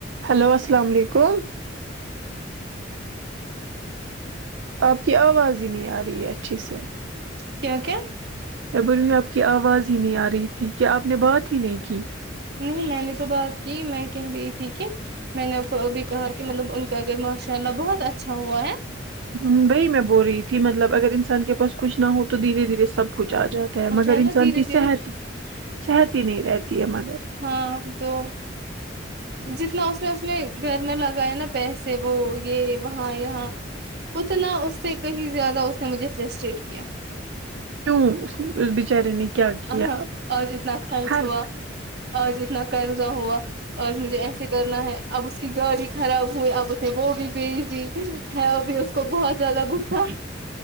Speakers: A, on the right; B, on the right.
A: hello السلام علیکم آپ کی آواز ہی نہیں آ رہی ہے اچھی سے
B: کیا کیا
A: ا بول آپ کی آواز ہی نہیں آ رہی تھی کیا آپ نے بات ہی نہیں کی
B: نہیں میں نے تو بات کی میں کہہ رہی تھی کہ میں نے اب کو ابھی کہا کہ مطلب ان کا اگر ماشاء اللہ بہت اچھا ہوا ہے
A: ہ وہی میں بول رہی تھی مطلب اگر انسان کے پاس کچھ نہ ہو تو دھیرے دھیرے سب کچھ آ جاتا
B: ہے
A: مگر
B: نا
A: انسان
B: دھیرے
A: کی
B: دھیرے
A: صحت صحت ہی نہیں رہتی ہے مگر
B: ہاں تو جتنا اس نے اس نے گھر میں لگایا نا پیسے وہ یہ وہاں یہاں اتنا اس سے کہیں زیادہ اس نے مجھے فرسٹریٹ کیا
A: کیوں نے اس بیچارے نے کیا
B: اور
A: کیا
B: جتنا خرچ
A: ہر
B: ہوا اور ج اتنا قرضہ ہوا آج مجھے ایسے کرنا ہے اب اس کی گاڑی خراب ہوئی اب اس نے وہ بھی بھیج دی ہے وہ بھی اس کو بہت زیادہ صا